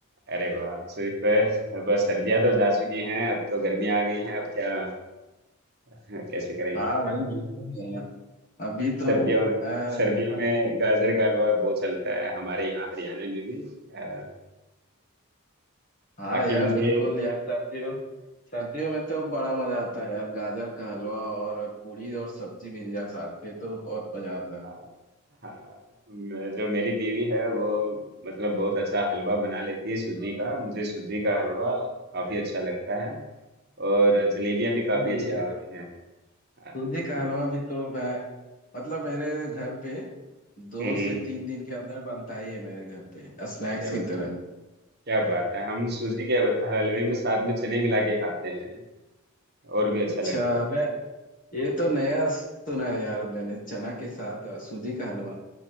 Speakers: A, on the right; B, on the left.
A: अरे वाह सिर्फ अ, बस सर्दियां तो जा चुकी हैं अब तो गर्मियां आ गई हैं अब क्या <laughs> कैसे करेंगे
B: हाँ भाई बिल्कुल यार अभी तो
A: सर्दियों में
B: अ, लगभग
A: सर्दियों में गाजर का हलवा बहुत चलता है हमारे यहाँ हरियाणा में भी अ,
B: हाँ
A: बाकी
B: यार
A: मुझे
B: बिल्कुल
A: तो
B: यार सर्दियों सर्दियों में तो बड़ा मजा आता है यार गाजर का हलवा और पूड़ी और सब्जी मिल जाए साथ में तो बहुत मजा आता है
A: अ, हाँ, मैं- जो मेरी बीवी है वो मतलब बहुत अच्छा हलवा बना लेती है सूजी का मुझे सूजी का हलवा काफी अच्छा लगता है और जलेबियां भी काफी
B: अरे
A: अच्छी
B: यार
A: लगती हैं अ, हम्म
B: सूजी का हलवा भी तो मैं मतलब मेरे घर पे दो
A: हम्म,
B: से तीन दिन के अंदर बनता ही है मेरे घर पे स्नैक्स
A: अरे
B: की तरह
A: क्या बात है हम सूजी के हल- हलवे में साथ में चने मिला के खाते हैं और भी अच्छा
B: अच्छा
A: लगता है
B: मैं ये तो नया सुना है यार मैंने चना के साथ अ, सूजी का हलवा